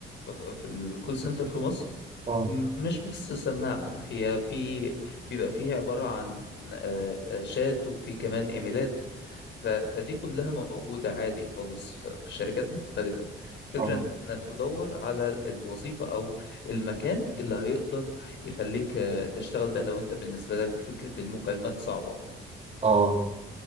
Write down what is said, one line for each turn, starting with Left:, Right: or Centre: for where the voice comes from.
Left: آه، في الكول سنتر في مصر
Right: اه
Left: م- مش بس سماعة هي في بيبقى فيها عبارة عن آه، آه، شات وفي كمان إيميلات ف- فدي كلها موجودة عادي خالص ف- في شركات مختلفة فكرة
Right: اه
Left: إنك تدور على الوظيفة أو المكان اللي هيقدر يخليك آه، تشتغل ده لو أنت بالنسبة لك فكرة المكالمات صعبة
Right: اه